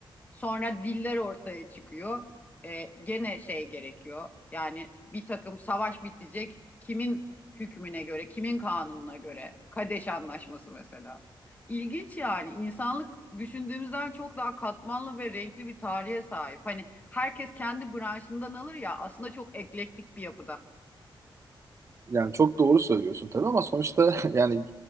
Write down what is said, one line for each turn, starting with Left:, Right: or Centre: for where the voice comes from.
Left: Sonra diller ortaya çıkıyor. E, gene şey gerekiyor. Yani bir takım savaş bitecek. Kimin hükmüne göre, kimin kanununa göre? Kadeş Anlaşması mesela. İlginç yani. İnsanlık düşündüğümüzden çok daha katmanlı ve renkli bir tarihe sahip. Hani herkes kendi branşından alır ya aslında çok eklektik bir yapıda.
Right: Yani çok doğru söylüyorsun tabii ama sonuçta <laughs> yani